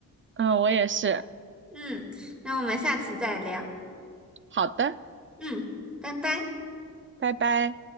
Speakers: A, on the right; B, in the centre.
A: 嗯，我也是。
B: 嗯，那我们下次再聊。
A: 好的，
B: 嗯，拜拜。
A: 拜拜。